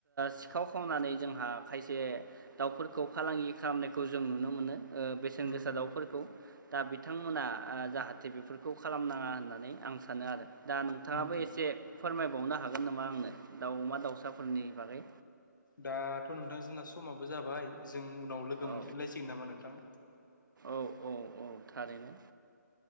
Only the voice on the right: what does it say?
सिखाव खावनानै जोंहा खायसे दाउफोरखौ फालांगि खालामनायखौ जों नुनो मोनो। बेसेन
गोसा
दाउफोरखौ दा बिथांमोना जाहाथे बेफोरखौ खालामनाङा होननानै आं सानो आरो दा नोंथाङाबो
एसे फोरमायबावनो हागोन नामा आंनो दाउ अमा दाउसाफोरनि बागै
औ
औ औ औ थारैनो।